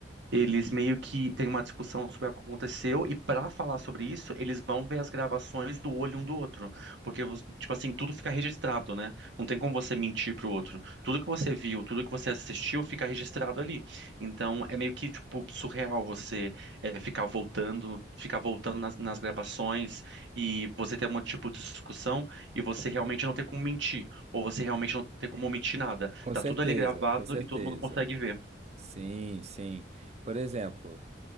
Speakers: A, on the right; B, on the right.
A: eles meio que têm uma discussão sobre o que aconteceu, e para falar sobre isso, eles vão ver as gravações do olho um do outro. Porque, vo- tipo assim, tudo fica registrado, né? Não tem como você mentir pro outro. Tudo que você viu, tudo que você assistiu, fica registrado ali. Então, é meio que, tipo, surreal você eh, ficar voltando, ficar voltando nas, nas gravações e você ter um tipo de discussão e você realmente não ter como mentir. Ou você realmente não ter como omitir nada.
B: Com
A: Tá
B: certeza,
A: tudo ali gravado
B: com certeza.
A: e todo mundo consegue ver.
B: Sim, sim. Por exemplo,